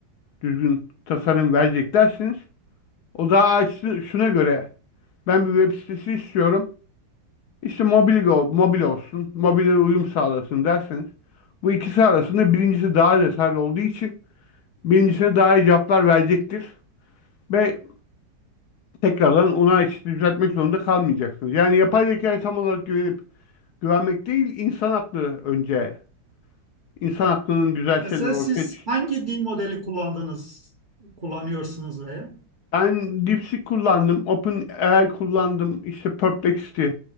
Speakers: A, on the left (about 70°); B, on the right (about 55°).
A: Düzgün tasarım verecek dersiniz. O daha açtı şuna göre ben bir web sitesi istiyorum. İşte mobil, mobil olsun, mobile uyum sağlasın derseniz. Bu ikisi arasında birincisi daha detaylı olduğu için birincisine daha iyi cevaplar verecektir. Ve tekrardan ona işte düzeltmek zorunda kalmayacaksınız. Yani yapay zekaya tam olarak güvenip güvenmek değil, insan aklı önce. İnsan aklının güzel
B: Mesela
A: şeyleri ortaya
B: siz
A: çık.
B: hangi dil modeli kullandınız, kullanıyorsunuz veya
A: Ben DeepSeek kullandım, OpenAI kullandım, işte Perplexity